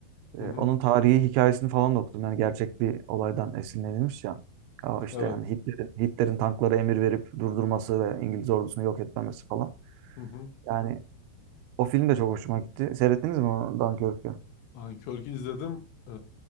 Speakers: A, on the right; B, on the left.
A: E,
B: Hı hı.
A: onun tarihi hikayesini falan da okudum. Yani gerçek bir olaydan esinlenilmiş ya. Ya işte
B: Evet.
A: yani Hitler'in Hitler'in tanklara emir verip durdurması ve İngiliz ordusunu yok etmemesi falan.
B: Hı hı.
A: Yani o film de çok hoşuma gitti. Seyrettiniz mi o Dunkirk'ü?
B: Dunkirk'ü izledim. Ee,